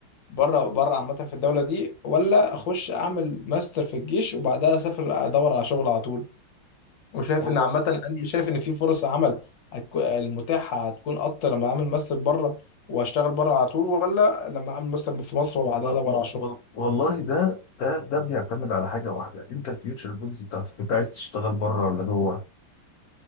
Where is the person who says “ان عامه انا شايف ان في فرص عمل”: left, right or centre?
Left